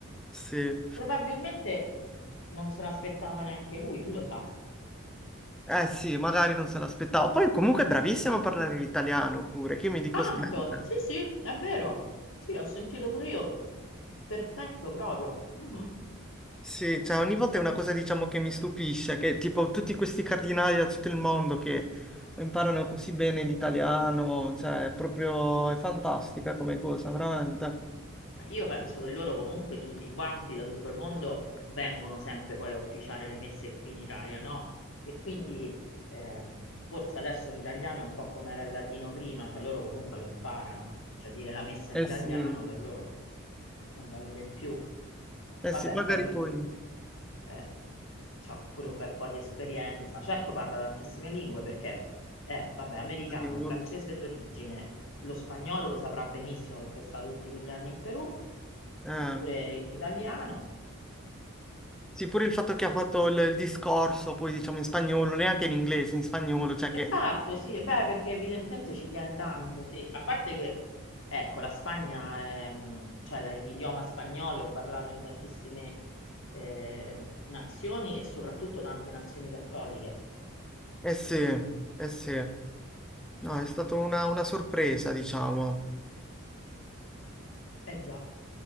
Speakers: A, in the centre; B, on the left (about 60°).
A: sì.
B: Probabilmente non se l'aspettava neanche lui, chi lo sa.
A: Eh sì, magari non se l'aspettavo, poi comunque è bravissimo a parlare l'italiano pure, che io mi dico
B: Tanto,
A: sempre.
B: sì, sì, è vero. Sì, ho sentito pure io. Perfetto, proprio. Mhm.
A: Sì, cioè ogni volta è una cosa diciamo che mi stupisce, che tipo tutti questi cardinali da tutto il mondo che imparano così bene l'italiano, cioè è proprio è fantastica come cosa, veramente.
B: Ma io penso che loro comunque tutti quanti da tutto il mondo vengono sempre poi a officiare le messe qui in Italia, no? E quindi eh, forse adesso l'italiano è un po' come era il latino prima, cioè loro comunque lo imparano, cioè dire la messa
A: Eh
B: in italiano
A: sì,
B: per loro è un valore in più.
A: eh
B: Vabbè,
A: sì, magari
B: poi lui
A: poi
B: eh, ha pure un bel po' di esperienza, certo parla tantissime lingue perché è, vabbè, americano,
A: spagnolo.
B: francese d'origine, lo spagnolo lo saprà benissimo perché sta tutti quegli anni in Perù,
A: Eh.
B: pure l'italiano.
A: Sì, pure il fatto che ha fatto il, il discorso, poi diciamo in spagnolo, neanche in inglese, in spagnolo, cioè che...
B: Esatto, sì, beh, perché evidentemente ci tiene tanto, sì. A parte che, ecco, la Spagna, è, mh, cioè la- l'idioma spagnolo è parlato in tantissime eh, nazioni e soprattutto tante nazioni cattoliche.
A: Eh sì, eh sì. No,
B: Mm.
A: è stata una, una sorpresa, diciamo.
B: Eh già.